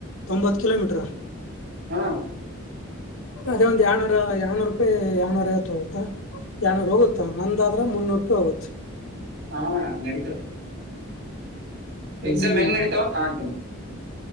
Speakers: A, on the left; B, on the right.
A: ತೊಂಬತ್ತು ಕಿಲೋಮೀಟ್ರ
B: ಹಾ
A: ಅದೇ ಒಂದ ಏಳ್ನೂರ ಏಳ್ನೂರು ರೂಪಾಯಿ ಏನೂರ ಐತ್ತು ಹೋಗುತ್ತಾ ಏನೂರ ಹೋಗುತ್ತಾ ನಂದಾದ್ರ ಮುನ್ನೂರು ರೂಪಾಯಿ ಹೋಗುತ್ತ
B: ಹಾ ನಡೀತದ,
A: ಹ್ಮ್
B: ಎಕ್ಸಾಮ್ ಹೆಂಗ್ ನಡತಾವ ನಾ ಅಂತೀನಿ?